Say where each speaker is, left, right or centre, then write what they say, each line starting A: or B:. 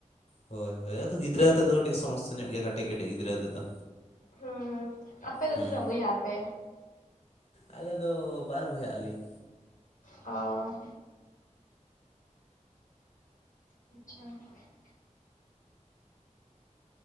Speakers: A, on the left (about 50°); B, on the left (about 85°).
A: ᱦᱳᱭ ᱦᱳᱭ ᱟᱫᱚ ᱜᱤᱫᱽᱟᱹ ᱟᱛᱮᱫ ᱫᱚ ᱠᱟᱹᱴᱤᱡ ᱥᱚᱢᱚᱥᱥᱟ ᱧᱚᱜ ᱜᱮᱭᱟ ᱠᱟᱹᱴᱤᱡ ᱠᱟᱹᱴᱤᱡ ᱜᱤᱫᱽᱨᱟᱹ ᱟᱛᱮᱫ ᱫᱚ᱾
B: ᱦᱩᱸ ᱟᱯᱮ ᱫᱚ
A: ᱦᱩᱸ
B: ᱛᱤᱱᱟᱹᱜ ᱵᱚᱭᱦᱟ ᱟᱯᱮ?
A: ᱟᱞᱮ ᱫᱚ ᱵᱟᱨ ᱵᱚᱭᱦᱟ ᱟᱹᱞᱤᱧ᱾
B: ᱚ᱾ ᱟᱪᱪᱷᱟ᱾